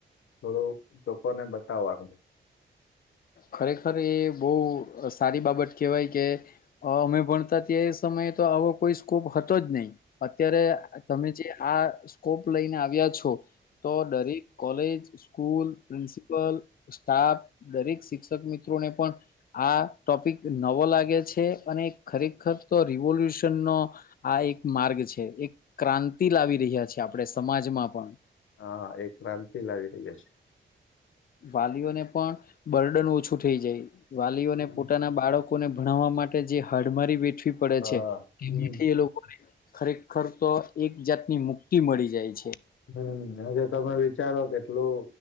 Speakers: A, on the left; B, on the left.
A: થોડુંક લોકોને બતાવાનું.
B: ખરેખર એ બહુ અ સારી બાબત કેહેવાય કે અમે ભણતા ત્યાં એ સમ મય તો આવો કોઈ સ્કોપ હતો જ નહીં. અત્યારે તમે જે આ સ્કોપ લઈને આવ્યા છો. તો દરેક કોલેજ, સ્કૂલ, પ્રિન્સિપલ, સ્ટાફ દરેક શિક્ષક મિત્રોને પણ આ ટોપિક નવો લાગે છે. અને ખરેખર તો રીવો લ્યુશનનો આ એક માર્ગ છે. એક ક્રાંતિ લાવી રહ્યા છે, આપણે સમાજમાં પણ.
A: હા હા, એક ક્રાંતિ લાવી રહયા છે.
B: વાલીઓને પણ બર્ડન ઓછું થઈ જાય. વાલીઓને
A: છે
B: પોતાના બાળક કોને ભણાવવા માટે જે હાડમારી વેઠવી પડે
A: હા
B: છે,
A: હમ
B: એથી એ લોકોને ખરેખર તો એક જાતની મુક્તિ મળી જાય છે.
A: હમ, આજે તમે વિચારો કેટલું